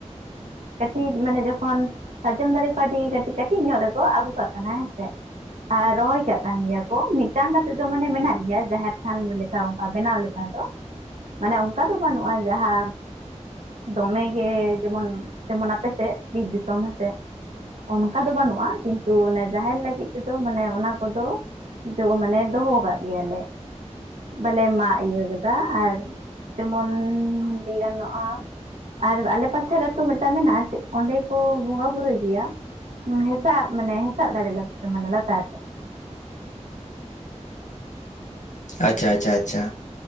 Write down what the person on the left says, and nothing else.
ᱟᱪᱪᱷᱟ ᱟᱪᱪᱷᱟ ᱟᱪᱪᱷᱟ